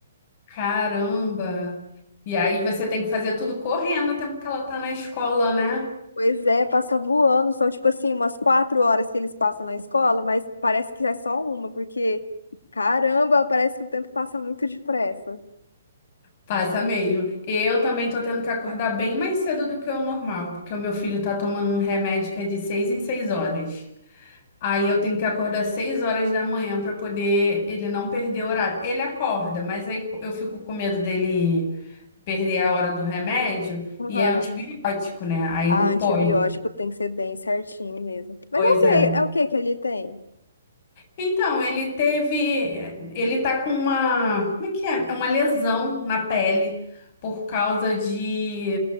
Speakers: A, on the left (about 40°); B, on the left (about 80°).
A: Caramba. E aí você tem que fazer tudo correndo o tempo que ela tá na escola, né?
B: Pois é, passa voando, são tipo assim umas quatro horas que eles passam na escola, mas parece que é só uma, porque caramba, parece que o tempo passa muito depressa.
A: Passa mesmo. Eu também tô tendo que acordar bem mais cedo do que o normal, porque o meu filho tá tomando um remédio que é de seis em seis horas. Aí eu tenho que acordar seis horas da manhã pra poder ele não perder o horário. Ele acorda, mas aí eu fico com medo dele perder a hora do remédio
B: Aham.
A: e é antibiótico, né? Aí
B: Ah,
A: não
B: antibiótico
A: pode.
B: tem que ser bem certinho mesmo. Mas
A: Pois
B: é o que
A: é.
B: é o que que ele tem?
A: Então, ele teve, ele tá com uma, como é que é? É uma lesão na pele por causa de,